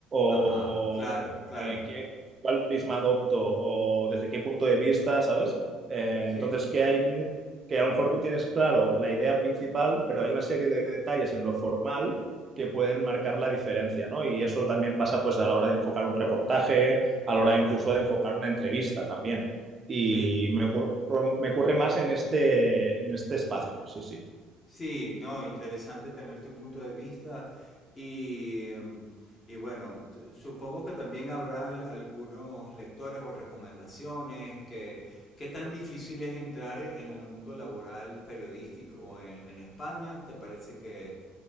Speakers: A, on the left (about 30°); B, on the right (about 30°).
A: Ajá,
B: o
A: claro, claro.
B: eh, qué, cuál prisma adopto o desde qué punto de vista, ¿sabes? Eh,
A: Sí,
B: entonces, que hay mu- que a lo mejor tú tienes claro la idea principal, pero hay una serie de detalles en lo formal que pueden marcar la diferencia, ¿no? Y eso también pasa pues a la hora de enfocar un reportaje, a la hora
A: claro.
B: incluso de enfocar una entrevista también. Y
A: Sí,
B: me ocurre, me ocurre más en este, en este espacio, sí, sí.
A: Sí, no, interesante tener tu punto de vista y, em, y bueno, supongo que también habrá al- algunos lectores o recomendaciones que qué tan difícil es entrar en el mundo laboral periodístico en, en España. ¿Te parece que,